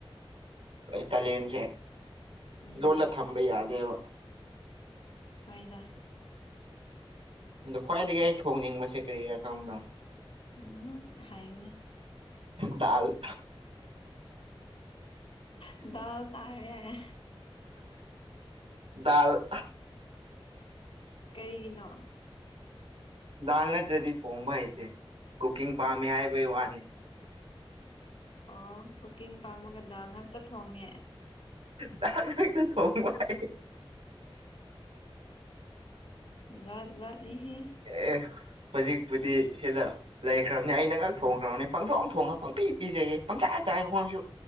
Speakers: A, on the right (about 75°); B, on the left (about 70°).
A: ꯑꯩꯣꯏ ꯇꯥꯂꯦꯟꯁꯦ
B: ꯎꯝ
A: ꯂꯣꯂ ꯊꯝꯕ ꯌꯥꯗꯦꯕ
B: ꯍꯣꯏꯗ
A: ꯑꯗꯣ ꯈ꯭ꯋꯥꯏꯗꯒꯤ ꯑꯩ ꯊꯣꯡꯅꯤꯡꯕꯁꯦ ꯀꯔꯤꯔꯥ ꯈꯪꯕ꯭ꯔꯥ
B: ꯎꯝ ꯍꯥꯏꯅꯦ
A: ꯗꯥꯜ
B: ꯗꯥꯜ ꯇꯥꯔꯦ
A: ꯗꯥꯜ
B: ꯀꯔꯤꯒꯤꯅꯣ
A: ꯗꯥꯜ ꯅꯠꯇ꯭ꯔꯗꯤ ꯊꯣꯡꯕ ꯍꯩꯇꯦ ꯀꯨꯀꯤꯡ ꯄꯥꯝꯃꯦ ꯍꯥꯏꯕꯩ ꯋꯥꯅꯤ
B: ꯑꯣ ꯀꯨꯀꯤꯡ ꯄꯥꯝꯃꯒ ꯗꯥꯜ ꯉꯥꯛꯇ ꯊꯣꯡꯉꯦ
A: ꯗꯥꯜ ꯉꯥꯛꯇꯥ ꯊꯣꯡꯕ ꯍꯩ
B: ꯥꯖꯥꯠ ꯖꯥꯠꯅꯤꯍꯦ
A: ꯑꯦ ꯍꯧꯖꯤꯛꯄꯨꯗꯤ ꯁꯤꯗ ꯂꯩꯈ꯭ꯔꯕꯅꯦ ꯑꯩꯅ ꯉꯥꯛ ꯊꯣꯡꯈ꯭ꯔꯕꯅꯤ ꯄꯪꯊꯣꯡ ꯊꯣꯡꯉꯒ ꯄꯪꯄꯤ ꯄꯤꯖꯩꯌꯦ ꯄꯪꯆꯥꯥ ꯆꯥꯏꯌꯦ ꯃꯣꯢꯁꯨ